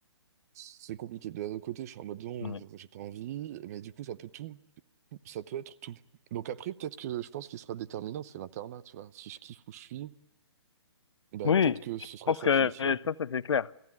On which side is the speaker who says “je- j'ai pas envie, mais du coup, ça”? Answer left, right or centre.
Right